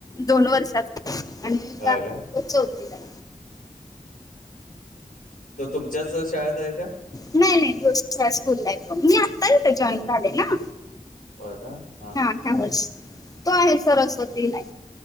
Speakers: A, on the left; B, on the left.
A: दोन वर्षाचा. आणि
B: होय
A: लहा -
B: का
A: तो चौथीलाय.
B: तो तुमच्याच शाळेत- आहे का
A: नाही नाही. <unintelligible> स्कूलला आहे तो. मी आत्ता इथे
B: सर
A: जॉईन झाले ना?
B: होय का? हां. हां.
A: अठरा वर्ष. तो आहे सरस्वतीला ए